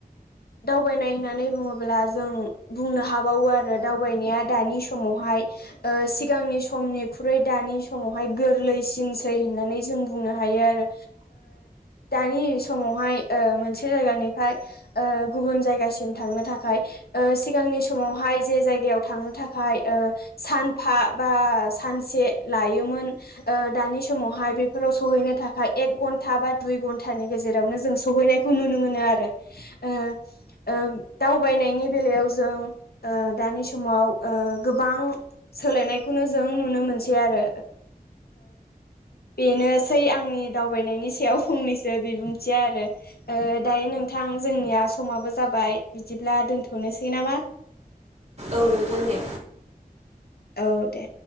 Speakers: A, on the left; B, on the right.
A: दावबायनाय होननानै बुङोब्ला जों बुंनो हाबावो आरो दावबायनाया दानि समावहाय सिगांनि समनिख्रुइ दानि समावहाय गोरलैसिनसै होननानै जों बुंनो हा यो आरो दानि समावहाय मोनसे जायगानिफ्राय ओ गुबुन जायगासिम थांनो थाखाय ओ सिगांनि समावहाय जे जायगायाव थांनो थाखाय सानफा बा सानसे लायोन ओ दानि समावहाय बेफोराव सहैनो थाखाय एक घन्टा बा दुइ घन्टानि गेजेरावनो जों सहैनायखौ नुनो मोनो आरो ओ दावबायनायनि ओ बेलायाव ओ जों दानि समाव गोबां गोबां सोलायनायखौनो जों नुनो मोनसै आरो बेनोसै आंनि दावबायनायनि सायाव फंनैसो बिबुंथिया आरो ओ दायो नोंथां जोंनिया समाबो जाबाय बिदिब्ला दोनथनोसै नामा
B: औ नोंथां दे
A: औ दे